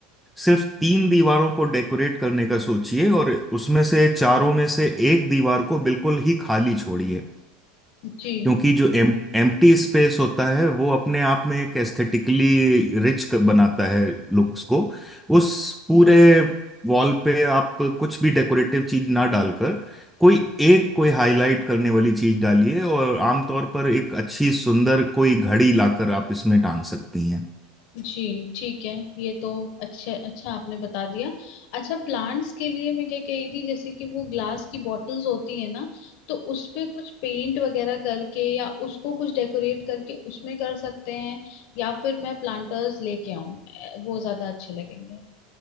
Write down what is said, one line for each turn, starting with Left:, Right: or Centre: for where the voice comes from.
Centre: सिर्फ तीन दीवारों को डेकोरेट करने का सोचिए और उसमें से चारों में से एक दीवार को बिल्कुल ही खाली छोड़िए
Left: जी
Centre: क्योंकि जो एम एम्प्टी स्पेस होता है वो अपने आप में एक एस्थेटिकली रिच बनाता है लुक्स को उस पूरे वॉल पे आप कुछ भी डेकोरेटिव चीज ना डालकर कोई एक कोई हाईलाइट करने वाली चीज डालिए और आमतौर पर एक अच्छी सुंदर कोई घड़ी लाकर आप इसमें टांग सकती हैं
Left: जी ठीक है ये तो अच्छे अच्छा आपने बता दिया अच्छा प्लांट्स के लिए मैं क्या कह रही थी जैसे कि वो ग्लास की बॉटल्स होती है ना तो उस पे कुछ पेंट वगैरह करके या उसको कुछ डेकोरेट करके उसमें कर सकते हैं या फिर मैं प्लांटर्स लेके आऊं अ, वो ज्यादा अच्छे लगेंगे